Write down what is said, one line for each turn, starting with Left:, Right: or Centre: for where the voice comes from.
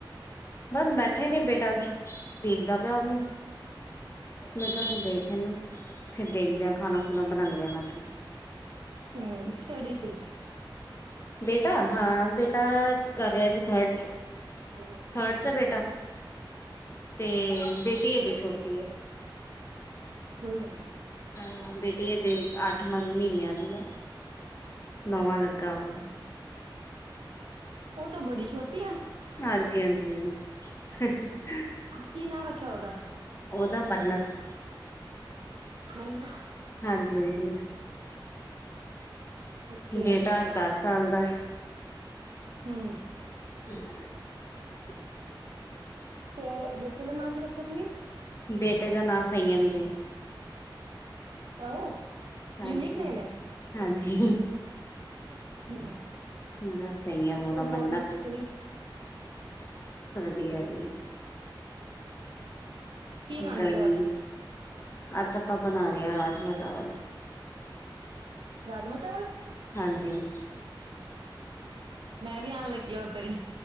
Left: ਬਸ ਬੈਠੇ ਨੇ ਬੇਟਾ ਦੇਖਦਾ ਪਿਆ ਉਹਨੂੰ। ਮੈਂ ਕਿਹਾ ਤੂੰ ਦੇਖ ਇਹਨੂੰ। ਫਿਰ ਦੇਖਦਿਆਂ ਖਾਣਾ ਖੁਣਾ ਬਣਾਉਂਦਿਆਂ ਮੈਂ ਕਿਹਾ।
Right: ਹੂੰ ਸਟਡੀ ਚ।
Left: ਬੇਟਾ ਹਾਂ
Right: <inaudible>
Left: ਬੇਟਾ ਕਰ
Right: ਅੱਛਾ।
Left: ਰਿਹਾ ਜੀ ਥਰਡ
Right: ਬਣ
Left: ਥਰਡ ਚ ਬੇਟਾ
Right: ਜਾ
Left: ਤੇ ਬੇਟੀ ਅਜੇ ਛੋਟੀ ਹੈ
Right: ਰਹੇ।
Left: ਹਾਂ, ਬੇਟੀ ਅਜੇ ਅਠ ਮਹੀਨਿਆਂ ਦੀ ਆ। ਨੋਵਾਂ ਲੱਗਾ ਵੈ।
Right: ਉਹ ਤਾਂ ਬੜੀ ਛੋਟੀ ਆ।
Left: ਹਾਂਜੀ, ਹਾਂਜੀ। <unintelligible>
Right: ਕੀ ਨਾਂ ਰੱਖਿਆ ਉਹਦਾ?
Left: ਉਹਦਾ ਬੰਨਤ
Right: ਮੰਨਤ।
Left: ਹਾਂਜੀ, ਹਾਂਜੀ।
Right: ਓਕੇ
Left: ਬੇਟਾ ਦਸ ਸਾਲ ਦਾ
Right: ਹੂੰ।
Left: <unintelligible>
Right: ਤੇ ਬੇਟੇ ਦਾ ਨਾਂ ਕੀ ਰੱਖਿਆ ਤੁਸੀਂ
Left: ਬੇਟੇ ਦਾ ਨਾਂ ਸੰਯਮ ਜੇ
Right: ਆਹੋ,
Left: ਹਾਂਜੀ-ਹਾਂਜੀ।
Right: ਯੂਨੀਕ ਨੇਮ ਹੈ <unintelligible>
Left: ਇਹਦਾ ਸੰਯਮ, ਉਹਦਾ
Right: ਤੇ
Left: ਮੰਨਤ।
Right: ਹੋਰ ਦੱਸੋ ਤੁਸੀਂ
Left: ਗੈਰੀ,
Right: ਕੀ ਬਣਾਉਂਦੇ
Left: ਗਰਮੀ
Right: ਪਏ ਹੋ ਅੱਜ
Left: ਅੱਜ ਆਪਾਂ ਬਣਾ ਰਾਜਮਾਹ, ਚਾਵਲ
Right: ਰਾਜਮਾਹ, ਚਾਵਲ।
Left: ਹਾਂਜੀ।
Right: ਮੈਂ ਵੀ ਆਣ ਲੱਗੀ ਉੱਧਰ ਹੀ।